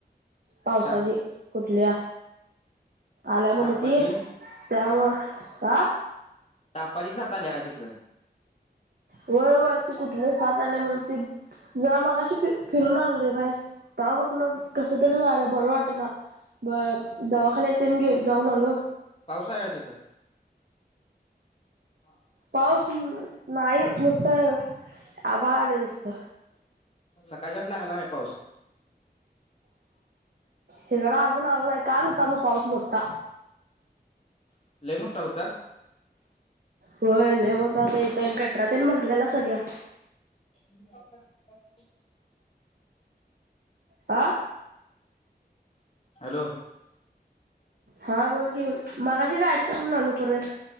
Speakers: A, on the right (about 65°); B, on the left (about 35°).
A: पावसाची
B: साप
A: कुठल्या आल्या म्हन
B: तापाजी
A: ती त्यामुळ आ
B: तापाची सात आल्या काय तिकडं?
A: व्हय व्हय ती कुठली साथ आल्या म्हन ती जरा मगाशी फ फिरून आलो रे बाहेर तेव्हा पासन कस तरीच व्हायलय बरं वाटना बर दवाखान्यात तेन गेलो जाऊन आलो
B: पावसाळ्यात येत. हा!
A: पाऊस नाही नुसत, आभाळ आलेय नुसत.
B: सकाळच्याण लागला आहे पाऊस.
A: हीकड अजून आला नाहीत. काल होताब पाऊस मोटा.
B: लयी मोठा होता?
A: होय लई मोठा होता इथं गटरातेन भरलेला सगळ्या.
B: <unintelligible> <inaudible>
A: आ!
B: हॅलो!
A: हा बोल की मगाशी गाडी चालून आलो परत.